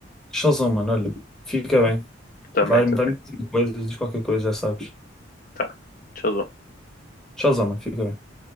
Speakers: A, in the centre; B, on the left (about 45°).
A: Showzão, mano, olha, fica bem.
B: Também,
A: Vai,
B: também.
A: vai-me dizendo coisas, diz qualquer coisa, já sabes.
B: Tá. Showzão.
A: Tchauzão, mano. Fica bem.